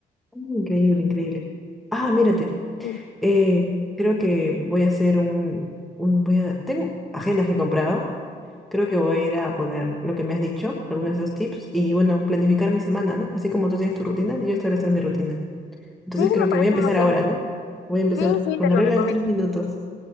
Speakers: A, in the centre; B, on the left.
A: <laughs> Increíble, increíble. Ah, mírate,
B: Sí.
A: eh, creo que voy a hacer un, un, voy a, tengo agendas que he comprado Creo que voy a ir a poner lo que me has dicho, algunos de esos tips, y bueno, planificar mi semana, ¿no? Así como tú tienes tu rutina, yo establecer mi rutina. Entonces
B: sí,
A: creo
B: me parece
A: que voy a empezar
B: muy bien.
A: ahora, ¿no? Voy a empezar
B: Sí, sí,
A: con
B: te
A: la
B: lo
A: regla
B: recomiendo.
A: de los tres minutos.